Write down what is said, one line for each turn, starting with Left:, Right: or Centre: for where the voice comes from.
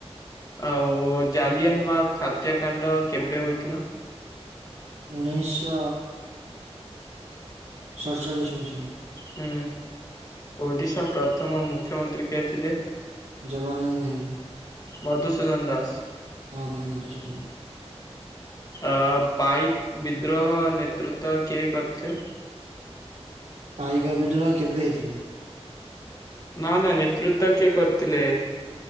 Left: ଆଉ ଜାଲିଆନ୍ ବାଗ ଖାତ୍ୟାକାଣ୍ଡ କେବେ ହୋଇଥିଲା?
Right: ଉଣେଇଶ ସଡ୍ଚାଳିଶ୍ ମସିହା।
Left: ହୁଁ ଓଡିଶା ପ୍ରଥମ ମୁଖ୍ୟମନ୍ତ୍ରୀ କିଏ ଥିଲେ?
Right: ଜବା <unintelligible> ନେହେରୁ।
Left: ମଧୁସୂଦନ ଦାସ୍।
Right: ହଁ ଭାଇ ମଧୁସୂଦନ୍।
Left: ଆ ପାଇକ୍ ବିଦ୍ରୋହ ନେତୃତ୍ବ କିଏ କରିଥିଲେ?
Right: ପାଇକ ବିଦ୍ରୋହ କେବେ ହେଇଥିଲା?
Left: ନା ନା ନେତୃତ୍ୱ କିଏ କରିଥିଲେ?